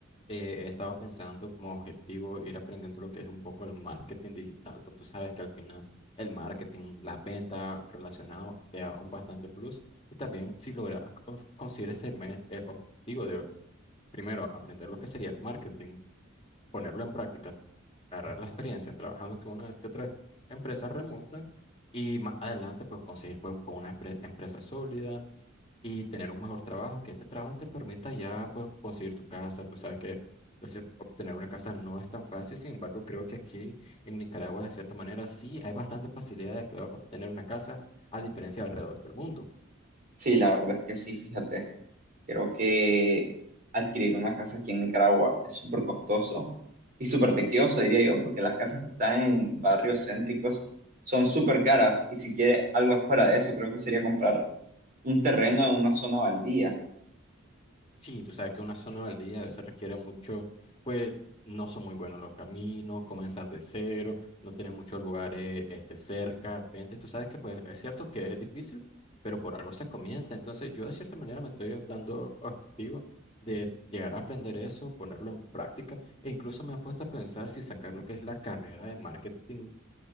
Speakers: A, on the left; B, on the right.
A: Eh, he estado pensando como objetivo ir aprendiendo lo que es un poco el marketing digital. Pues tú sabes que al final el marketing, las ventas relacionado te da un bastante plus. Y también si logras cons- conseguir ese me- eh, objetivo de primero aprender lo que sería el marketing, ponerlo en práctica agarrar la experiencia trabajando con una que otra empresa remota y más adelante pues conseguir pues, con una empre- empresa sólida y tener un mejor trabajo, que este trabajo te permita ya pues conseguir tu casa, tú sabes que decir, obtener una casa no es tan fácil, sin embargo creo que aquí en Nicaragua de cierta manera sí hay bastantes facilidad de que obtener una casa a diferencia de alrededor del mundo.
B: Sí, la verdad es que sí, fíjate. Creo que adquirir una casa aquí en Nicaragua es súper costoso y súper tequioso, diría yo, porque las casas que están en barrios céntricos son súper caras y si quiere algo afuera de eso, creo que sería comprar un terreno en una zona baldía.
A: Sí, tú sabes que una zona baldía a veces requiere mucho, pues no son muy buenos los caminos, comenzar de cero, no tener muchos lugares este, cerca, vente, tú sabes que pues es cierto que es difícil, pero por algo se comienza, entonces yo de cierta manera me estoy dando objetivo de llegar a aprender eso, ponerlo en práctica e incluso me he puesto a pensar si sacar lo que es la carrera de marketing